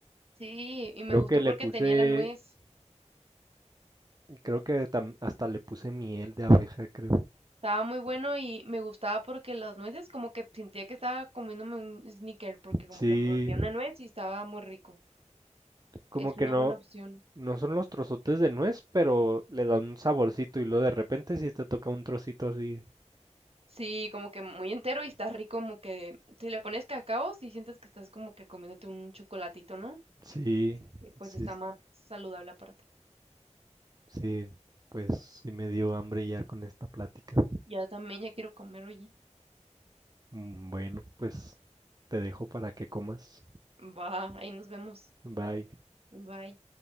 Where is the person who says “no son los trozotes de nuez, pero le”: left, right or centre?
Right